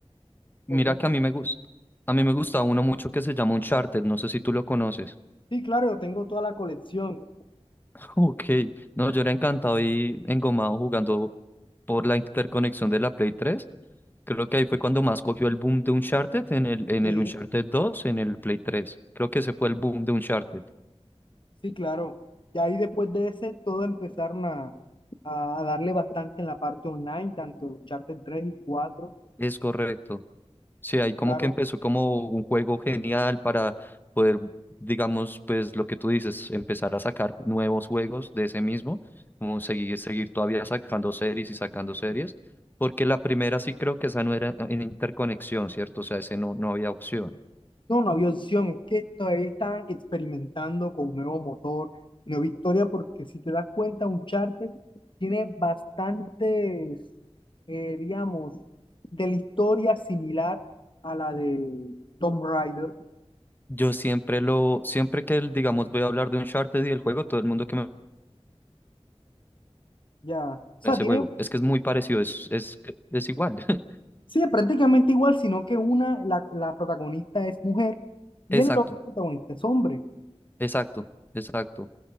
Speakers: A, on the left (about 50°); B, on the left (about 20°).
A: Podrían,
B: Mira que
A: com-
B: a mí me gusta. A mí me gusta uno mucho que se llama Uncharted. No sé si tú lo conoces.
A: sí, claro, yo tengo toda la colección.
B: <laughs> Ok. No, yo era encantado y engomado jugando por la interconexión de la Play 3. Creo que ahí fue cuando más cogió el boom de Uncharted en el, en
A: Sí.
B: el Uncharted 2, en el Play 3. Creo que ese fue el boom de Uncharted.
A: Sí, claro. Y ahí después de ese, todos empezaron a, a- a darle bastante en la parte online, tanto el charter tres y cuatro
B: Es correcto. Sí, ahí como
A: Claro,
B: que empezó como un juego genial para poder, digamos, pues lo que tú dices, empezar a sacar ju- nuevos juegos de ese mismo, como seguir, seguir todavía sacando series y sacando series, porque la primera sí creo que esa no era en interconexión, ¿cierto? O sea, ese no, no había opción.
A: no, no había opción, es que todavía estaban experimentando con un nuevo motor, nueva historia, porque si te das cuenta, un charter tiene bastantes, eh, digamos, de la historia similar a la de Tomb Raider,
B: Yo siempre lo, siempre que, digamos, voy a hablar de Uncharted y el juego, todo el mundo que me
A: ya. O sea,
B: ese
A: tiene
B: juego, es que es muy parecido, es, es, es igual. <laughs>
A: Sí, es prácticamente igual, sino que una, la, la protagonista es mujer y
B: Exacto,
A: en el otro protagonista es hombre.
B: exacto, exacto.